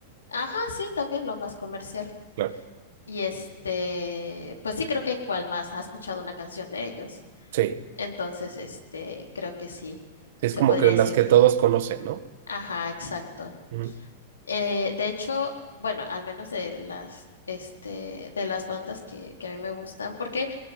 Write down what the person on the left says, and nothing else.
Ajá, sí, también lo más comercial.
Y este, pues sí, creo que cual más ha escuchado una canción de ellos.
Entonces, este, creo que sí,
se
podría
decir
que.
Ajá, exacto.
Eh, de hecho, bueno, al menos de las, este, de las bandas que, que a mí me gustan, porque